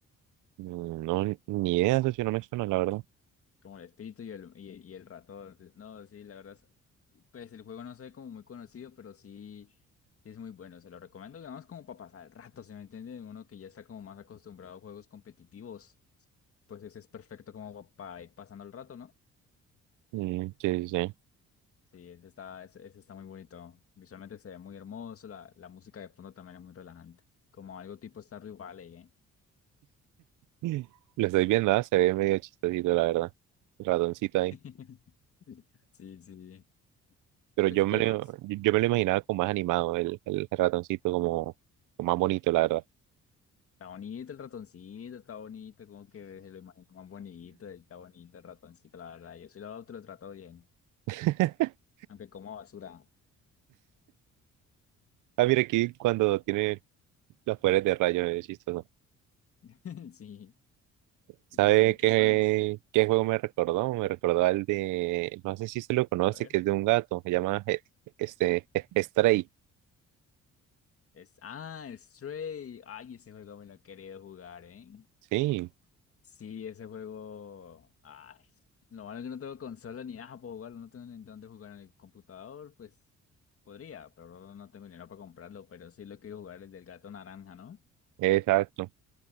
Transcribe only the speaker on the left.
Como el espíritu y el, y, y el ratón. No, sí, la verdad. es- Pues el juego no se ve como muy conocido, pero sí, sí es muy bueno. Se lo recomiendo, digamos, como para pasar el rato, ¿se me entiende? Uno que ya está como más acostumbrado a juegos competitivos, pues ese es perfecto como para ir pasando el rato, ¿no?
Sí, ese está, ese, ese está muy bonito. Visualmente se ve muy hermoso, la, la música de fondo también es muy relajante. Como algo tipo Stardew Valley, ¿eh?
<laughs> Sí, sí.
Pues,
¿qué
más?
Está bonito el ratoncito, está bonito, como que se lo imagino más bonito, está bonito el ratoncito, la verdad. Yo sí lo, te lo trato bien,
aunque como basura.
<laughs> Sí.
Y pues ahí,
¿qué más?
A ver.
Es, ah, Stray. Ay, ese juego me lo he querido jugar, ¿eh?
Sí, ese juego. Ay, lo malo es que no tengo consola ni nada para jugarlo, no tengo ni dónde jugar en el computador, pues podría, pero no tengo dinero para comprarlo. Pero sí lo quiero jugar, el del gato naranja, ¿no?